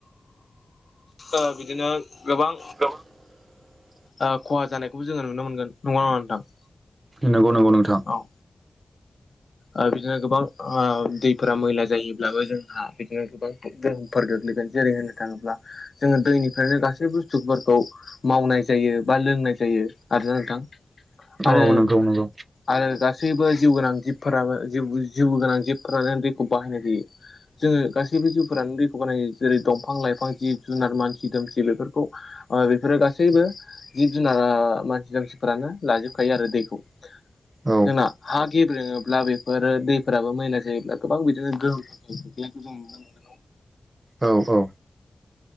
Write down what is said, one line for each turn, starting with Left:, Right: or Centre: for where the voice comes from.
Left: ओ बिदिनो गोबां
Right: <unintelligible>
Left: ओ खहा जानायखौबो जोङो नुनो मोनगोन। नंगौना नङा नोंथां?
Right: नंगौ नंगौ नोंथां
Left: औ ओ बिदिनो गोबां ओ दैफोरा मैला जायोब्लाबो जोंहा बिदिनो गोबां गोहोमफोर गोग्लैगोन जेरै होननो थाङोब्ला जोङो दैनिफ्रायनो गासै बुस्थुफोरखौ मावनाय जायो बा लोंनाय जायो आरो ना नोंथां
Right: औ
Left: आरो
Right: नंगौ नंगौ
Left: आरो गासैबो जिउ गोनां जिब फोराबो जिउ जिउ गोनां जिबफोरानो दैखौ बाहायनाय जायो। जोङो गासैबो जिउफोरानो दैखौ बाहायो। जेरै दंफां-लाइफां जिब-जुनार मानसि-दुमसि बेफोरखौ ओ बेफोरो गासैबो जिब-जुनारा मानसि दुमसिफोरानो लाजोबखायो आरो दैखौ।
Right: औ
Left: जोंना हा गेब्रेङो ब्ला बेफोरो दैफोराबो मैला जायोब्ला गोबां बिदिनो गोहोम खोख्लैनाय जों नुनो मोनो।
Right: औ औ